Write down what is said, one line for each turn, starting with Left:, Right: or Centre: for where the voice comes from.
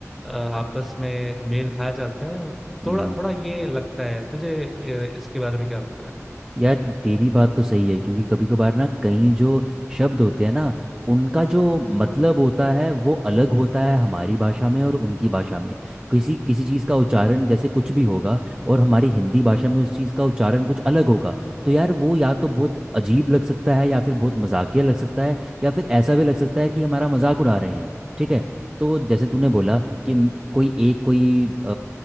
Centre: अ, आपस में मेल खा जाते हैं
Right: हम्म
Centre: थोड़ा थोड़ा ये लगता है तुझे अ, इसके बारे में क्या लगता है
Right: यार तेरी बात तो सही है क्योंकि कभी कभार ना कई जो शब्द होते हैं ना उनका जो मतलब होता है वो अलग होता है हमारी भाषा में और उनकी भाषा में किसी किसी चीज़ का उच्चारण जैसे कुछ भी होगा और हमारी हिंदी भाषा में उस चीज़ का उच्चारण कुछ अलग होगा तो यार वो या तो बहुत अजीब लग सकता है या फिर बहुत मजाकिया लग सकता है या फिर ऐसा भी लग सकता है कि हमारा मजाक उड़ा रहे हैं ठीक है तो जैसे तूने बोला कि म- कोई एक कोई अ,